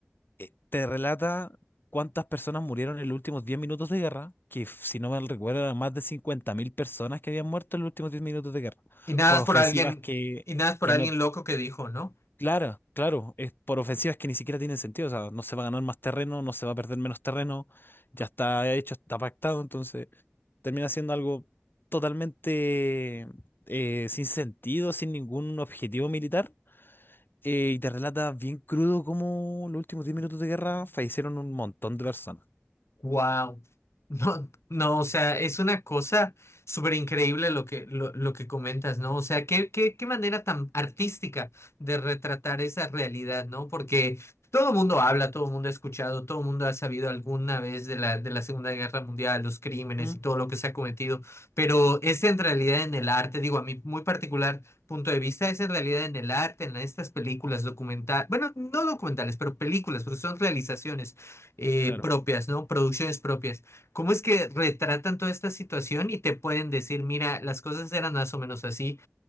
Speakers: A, on the left; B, on the left.
A: eh, te relata cuántas personas murieron en los últimos 10 minutos de guerra, que f- si no me recuerdo eran más de 50.000 personas que habían muerto en los últimos 10 minutos de guerra,
B: Y nada
A: por
B: es
A: ofensivas
B: por alguien,
A: que,
B: y nada es por
A: que
B: alguien
A: no,
B: loco que dijo, ¿no?
A: claro, claro, es por ofensivas que ni siquiera tienen sentido, o sea, no se va a ganar más terreno, no se va a perder menos terreno, ya está hecho, está pactado, entonces termina siendo algo totalmente eh, sin sentido, sin ningún objetivo militar eh, y te relata bien crudo cómo los últimos 10 minutos de guerra fallecieron un montón de personas.
B: Wow. No, no, o sea, es una cosa súper increíble lo que, lo, lo que comentas, ¿no? O sea, qué, qué, qué manera tan artística de retratar esa realidad, ¿no? Porque todo el mundo habla, todo el mundo ha escuchado, todo el mundo ha sabido alguna vez de la, de la Segunda Guerra Mundial, los crímenes
A: Mm,
B: y todo lo que se ha cometido, pero es en realidad en el arte, digo, a mi muy particular punto de vista, es en realidad en el arte, en estas películas documentales, bueno, no documentales, pero películas, porque son realizaciones eh,
A: claro,
B: propias, ¿no? Producciones propias. ¿Cómo es que retratan toda esta situación y te pueden decir, mira, las cosas eran más o menos así?